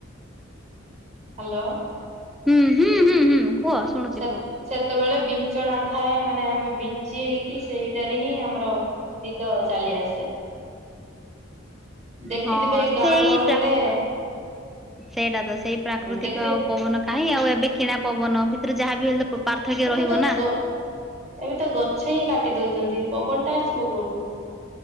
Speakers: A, on the right; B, in the centre.
A: ହ୍ୟାଲୋ।
B: ହୁଁ ହୁଁ ହୁଁ ହୁଁ କୁହ। ଶୁଣୁଛି
A: ସେ
B: କୁହ।
A: ସେତେବେଳେ ବିଛଣା ଥାଏ ମାନେ ଆମେ ବିଞ୍ଚି ହେଇକି କି ସେଇଟାରେ ହିଁ ଆମର ନିଦ ଚାଲି ଆସେ। ଦେଖିଥିବେ
B: ହଁ
A: ଗାଁ
B: ସେଇ
A: ଗହଳିରେ
B: ପ୍ରାକୁ ସେଇଟା ତ ସେଇ ପ୍ରାକୃତିକ
A: ହୁଁ ଦେଖିଥିବେ
B: ଆଉ ପବନ କାହିଁ ଆଉ ଏବେ କିଣା ପବନ ଭିତରେ ଯାହାବି ହେଲେ ତ ପାର୍ଥକ୍ୟ
A: ଏବେ
B: ରହିବ
A: ତ
B: ନା
A: ଗ ଏବେ ତ ଗଛ ହିଁ କାଟି ଦଉଛନ୍ତି। ପବନଟା ଆସିବ କୋଉଠୁ?